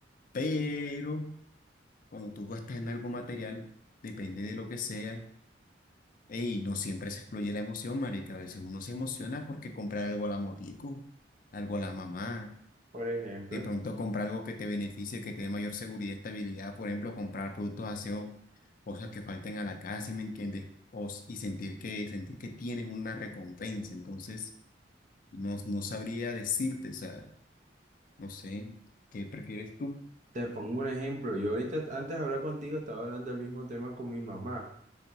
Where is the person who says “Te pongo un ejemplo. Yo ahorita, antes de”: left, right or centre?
Right